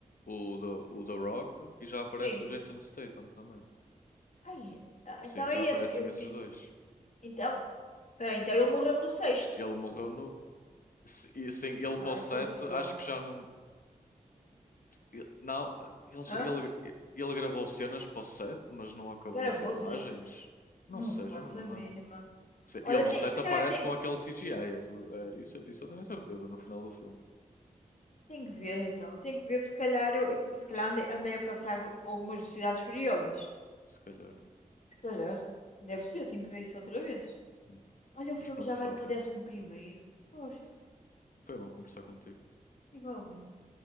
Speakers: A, on the left; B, on the left.
A: o, The, o The Rock e já aparece
B: Sim.
A: o Jason Statham também.
B: Ai, ah,
A: Sim,
B: então é
A: já
B: isso.
A: aparecem
B: Eu,
A: esses
B: eu-
A: dois.
B: então, peraí, então ele morreu no sexto.
A: Ele morreu no. se- e, Sim, ele
B: Ai,
A: para o 7,
B: confusão.
A: acho que já não. ele- Não, ele,
B: Hã?
A: ele, ele gravou cenas para o 7, mas não acabou
B: Gravou-se
A: as filmagens.
B: nas...
A: Não
B: Não
A: sei,
B: faço
A: já não me
B: a mínima.
A: lembro. Se-
B: Olha,
A: Ele no
B: tem-
A: set
B: se
A: aparece
B: calhar tem,
A: com aquele CGI. É tudo, é, isso, isso eu tenho a certeza, no final do filme,
B: tem que ver então. Tem que ver, porque se calhar eu, eu- se calhar andei, andei a passar algumas velocidades furiosas.
A: se calhar.
B: Se calhar. Deve ser, tenho que ver isso outra vez.
A: Hum.
B: Olha, o
A: Mas
B: filme
A: pronto,
B: já
A: Fátima,
B: vai no décimo primeiro. Poxa,
A: foi bom conversar contigo.
B: igualmente.